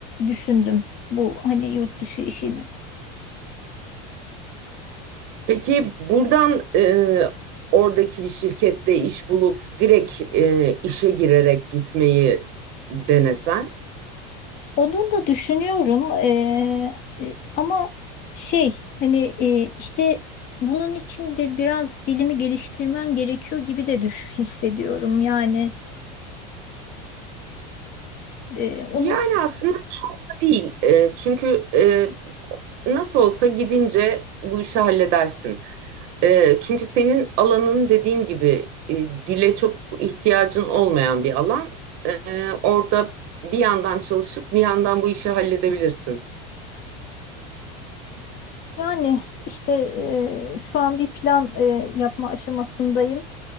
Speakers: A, on the left; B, on the right.
A: düşündüm bu hani yurt dışı işini.
B: Peki buradan e, oradaki bir şirkette iş bulup direkt e, işe girerek gitmeyi denesen?
A: Onun da düşünüyorum e, e, ama şey hani e, işte bunun için de biraz dilimi geliştirmem gerekiyor gibi de düş hissediyorum. Yani e, onu
B: Yani aslında çok da değil. E, çünkü e, nasıl olsa gidince bu işi halledersin. E, çünkü senin alanın dediğim gibi e, dile çok ihtiyacın olmayan bir alan. E, orada bir yandan çalışıp bir yandan bu işi halledebilirsin.
A: yani işte e, şu an bir plan e, yapma aşamasındayım.